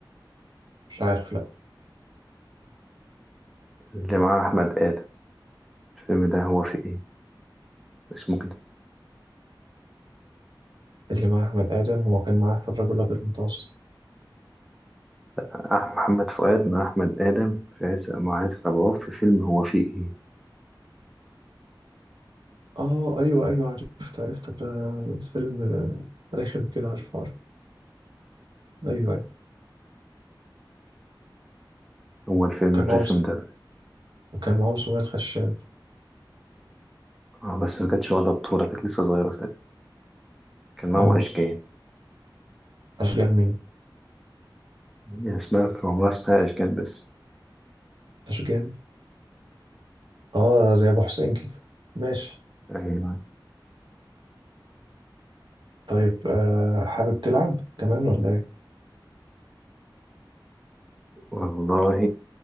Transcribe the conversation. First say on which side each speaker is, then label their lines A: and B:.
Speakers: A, on the right; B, in the centre.
A: مش عارف لا
B: اللي معاه أحمد آدم الفيلم ده هو في إيه اسمه كده
A: اللي مع احمد ادم هو كان معاه في الرجل الابيض المتوسط
B: أح- محمد فؤاد مع أحمد آدم في عز مع عزت أبو عوف في فيلم هو في إيه
A: اه ايوه ايوه عرفت عرفت ده فيلم آه، رخم كده عارف عارف ايوه ايوه
B: هو الفيلم
A: كان
B: الرخم
A: معاهم س-
B: ده بقى.
A: وكان معاهم سؤال خشاب
B: آه بس ما كانتش واخدة بطولة كانت لسه صغيرة ساعتها كان معاهم
A: اه
B: أشجان
A: أشجان مين؟
B: هي اسمها كان عمرها اسمها أشجان بس
A: أشجان؟ آه زي أبو حسين كده ماشي
B: أيوة
A: طيب آه حابب تلعب كمان ولا إيه؟
B: والله